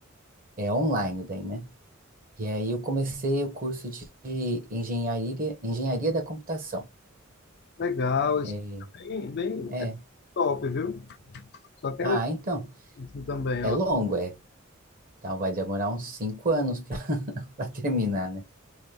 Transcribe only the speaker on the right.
É online daí, né? E aí eu comecei o curso de engenharia, engenharia da computação.
É,
é.
Ah, então.
É
longo, é. Então vai demorar uns cinco anos <laughs> para terminar, né?